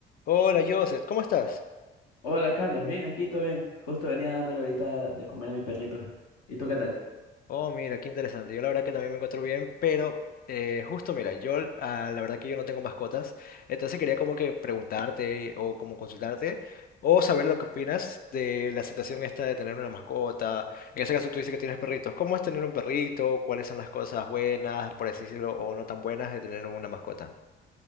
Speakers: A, on the left (about 30°); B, on the left (about 60°).
A: Hola Joseph, ¿cómo estás?
B: Hola Carlos, bien, aquí todo bien. Justo venía dándole ahorita de comer a mi perrito. ¿Y tú qué tal?
A: Oh, mira, qué interesante. Yo la verdad que también me encuentro bien, pero eh, justo mira, yo ah, la verdad que yo no tengo mascotas, entonces quería como que preguntarte o como consultarte o saber lo que opinas de la situación esta de tener una mascota. En ese caso tú dices que tienes perritos. ¿Cómo es tener un perrito? ¿Cuáles son las cosas buenas, por así decirlo, o no tan buenas de tener una mascota?